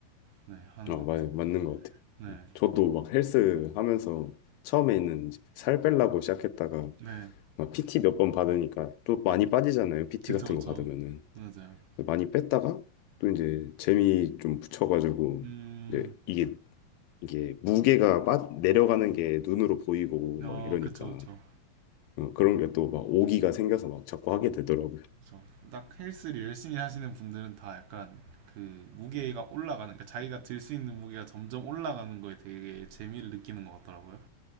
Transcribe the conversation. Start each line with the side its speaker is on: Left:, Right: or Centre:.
Right: 네, 하는
Left: 어,
Right: 것
Left: 맞,
Right: 같아요.
Left: 맞는 것 같아요.
Right: 네,
Left: 음. 저도 막 헬스 하면서 처음에는 이제 살 빼려고 시작했다가
Right: 네,
Left: 막 PT 몇 번 받으니까 또 많이 빠지잖아요. PT
Right: 그쵸,
Left: 같은
Right: 그쵸,
Left: 거 받으면은
Right: 맞아요.
Left: 많이 뺐다가 또 이제 재미 좀 붙여가지고
Right: 음,
Left: 이제 이게 이게 무게가 빠, 내려가는 게 눈으로 보이고
Right: 어,
Left: 막 이러니까
Right: 그쵸, 그쵸,
Left: 어, 그런 게 또 막 오기가 생겨서 막 자꾸 하게 되더라고요.
Right: 그쵸. 딱 헬스를 열심히 하시는 분들은 다 약간 그 무게가 올라가는, 그러니까 자기가 들 수 있는 무게가 점점 올라가는 거에 되게 재미를 느끼는 것 같더라고요.